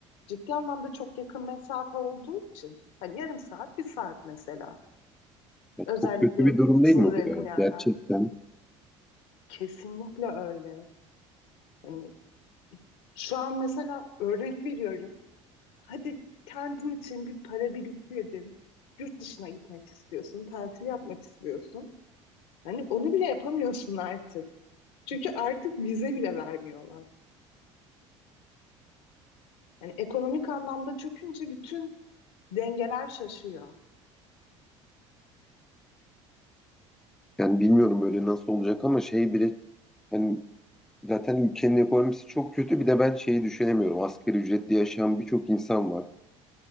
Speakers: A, on the left; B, in the centre.
A: ciddi anlamda çok yakın mesafe olduğu için hani yarım saat, bir saat mesela.
B: Yani
A: Özellikle
B: çok kötü bir durum değil
A: sınıra
B: mi bu
A: yakın
B: ya?
A: yerler.
B: Gerçekten.
A: Kesinlikle öyle. Hani şu an mesela örnek veriyorum. Hadi kendin için bir para biriktirdin. Yurt dışına gitmek istiyorsun, tatil yapmak istiyorsun. Hani onu bile yapamıyorsun artık. Çünkü artık vize bile vermiyorlar. Hani ekonomik anlamda çökünce bütün dengeler şaşıyor.
B: Yani bilmiyorum böyle nasıl olacak ama şey bile hani zaten ülkenin ekonomisi çok kötü. Bir de ben şeyi düşünemiyorum. Asgari ücretli yaşayan birçok insan var.